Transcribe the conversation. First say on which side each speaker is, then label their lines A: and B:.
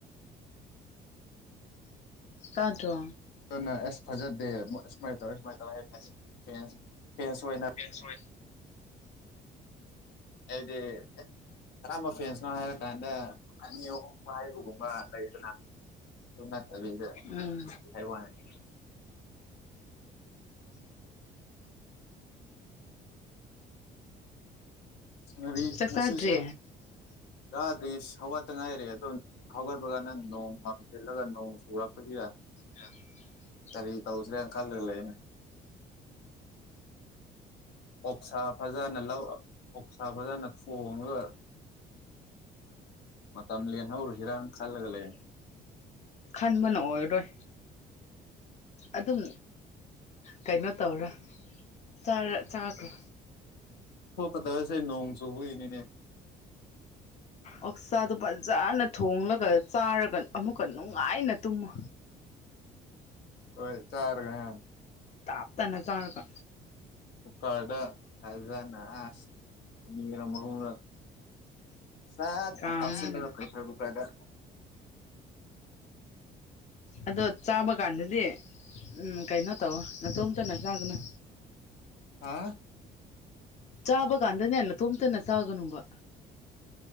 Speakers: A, on the left; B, on the left.
A: ꯇꯥꯗ꯭ꯔꯣ
B: ꯑꯗꯨꯅ ꯑꯁ ꯐꯖꯗꯦ ꯁꯨꯃꯥꯏꯅ ꯇꯧꯔ ꯁꯨꯃꯥꯏꯅ ꯇꯧ ꯐ ꯐꯦꯟ ꯑꯣꯏꯅ
A: ꯐꯦꯁ ꯑꯣꯏ
B: ꯍꯥꯏꯕꯗꯤ ꯀꯔꯝꯕ ꯐꯦꯟꯁꯅꯣ ꯍꯥꯏꯔ ꯀꯥꯟꯗ ꯑꯅꯤ ꯑꯍꯨꯝ ꯍꯥꯏꯩꯕꯒꯨꯝꯕ ꯂꯩꯗꯅ ꯑꯗꯨ ꯅꯠꯇꯕꯤꯗ
A: ꯎꯝ
B: ꯍꯥꯏꯋꯥꯅꯦ ꯉꯥꯔꯤ
A: ꯆꯥꯛ
B: ꯉꯁꯤꯁꯦ
A: ꯆꯥꯗ꯭ꯔꯤ
B: ꯆꯥꯗꯔꯤ ꯍꯧꯒꯠꯇ ꯉꯥꯏꯔꯦ ꯑꯗꯣ ꯍꯧꯒꯠꯄꯒꯅ ꯅꯣꯡ ꯃꯡꯖꯤꯜꯂꯒ ꯅꯣꯡ ꯆꯨꯔꯛꯄꯁꯨ ꯌꯥꯏ
A: ꯎꯝ
B: ꯀꯔꯤ ꯇꯧꯁꯤꯔꯅ ꯈꯜꯂꯒ ꯂꯩꯔꯤꯅꯦ ꯑꯣꯛꯁꯥ ꯐꯖꯅ ꯂꯧ ꯑꯣꯛꯁꯥ ꯐꯖꯅ ꯊꯣꯡꯉꯒ ꯃꯇꯝ ꯂꯦꯜꯍꯧꯔꯨꯁꯤꯔꯅ ꯈꯜꯂꯒꯂ ꯂꯩꯔꯤꯅꯦ
A: ꯈꯟꯕꯅ ꯑꯣꯏꯔꯣꯏ ꯑꯗꯨꯝ ꯀꯩꯅꯣ ꯇꯧꯔꯣ ꯆꯥꯔꯣ ꯆꯥꯈ꯭ꯔꯣ
B: ꯊꯣꯛꯀꯗꯕꯁꯦ ꯅꯣꯡ ꯆꯨꯕꯒꯤꯅꯤꯅꯦ
A: ꯑꯣꯛꯆꯥꯥꯗꯨ ꯐꯖꯅ ꯊꯣꯡꯂꯒ ꯆꯥꯔꯒ ꯑꯃꯨꯛꯀ ꯅꯨꯡꯉꯥꯏꯅ ꯇꯨꯝꯃꯨ
B: ꯍꯣꯏ ꯆꯔꯒꯍ
A: ꯇꯥꯞꯇꯅ ꯆꯥꯔꯒ
B: ꯎ ꯀꯥꯗ ꯈꯜꯖꯅ ꯑꯔꯍ ꯁꯠ
A: ꯀꯥꯝꯔꯒ
B: ꯀꯥꯁꯤꯟꯕꯅ ꯐꯩ ꯄꯦꯁꯔ ꯀꯨꯀꯔꯗ
A: ꯑꯗꯣ ꯆꯥꯕ ꯀꯥꯟꯗꯗꯤ ꯎꯝ ꯀꯩꯅꯣ ꯇꯧꯑꯣ ꯅꯇꯣꯝꯇ ꯅ ꯆꯥꯒꯅ
B: ꯍꯥ
A: ꯆꯥꯕ ꯀꯥꯟꯗꯅꯦ ꯅꯇꯣꯝꯇꯅ ꯆꯥꯒꯅꯨꯕ